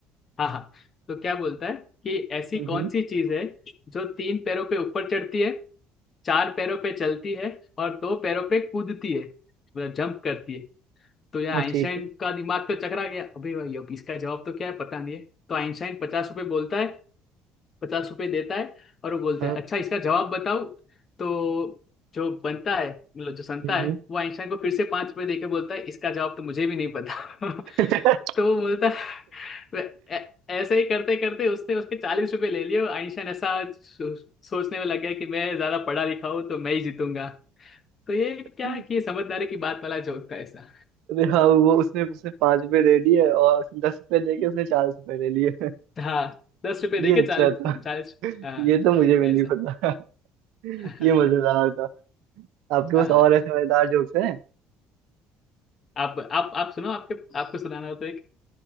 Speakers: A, on the left; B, on the right.
A: हाँ तो क्या बोलता है कि ऐसी
B: हम्म
A: कौन सी चीज है जो तीन पैरों पे ऊपर चढ़ती है चार पैरों पे चलती है और दो पैरों पे कूदती है मतलब जंप करती है तो यार
B: हाँ
A: आइंस्टाइन
B: ठीक है
A: का दिमाग तो चकरा गया अभी भाई अब इसका जवाब तो क्या है पता नहीं है तो आइंस्टाइन पचास रुपये बोलता है पचास रुपये देता है और वो बोलता
B: हाँ
A: है अच्छा इसका जवाब बताओ तो जो बनता है मतलब जो संता
B: हम्म
A: है वो आइंस्टाइन को फिर से पांच रुपये देके बोलता है इसका जवाब तो मुझे भी नहीं पता <laughs>
B: <laughs>
A: तो वो बोलता है वे- "ऐ- ऐसे ही करते करते उसने उसके चालीस रुपये ले लिए और आइंस्टाइन ऐसा सो, सोचने में लग गया कि मैं ज्यादा पढ़ा लिखा हूँ तो मैं ही जीतूंगा तो ये क्या
B: अरे
A: है कि ये समझदारी की बात वाला जोक था ऐसा
B: हाँ वो उसने उसने पांच रुपए दे दिए और दस रुपए दे के उसने चार रुपए ले लिए
A: हाँ दस रुपए
B: ये
A: देके
B: अच्छा
A: चालीस
B: था
A: चालीस हाँ
B: ये तो मुझे भी
A: ऐसा
B: नहीं पता
A: <laughs>
B: ये मजेदार था आपके
A: हाँ,
B: पास और ऐसे मजेदार जोक्स हैं
A: आप आप आप सुनो आपके आपको सुनाना हो तो एक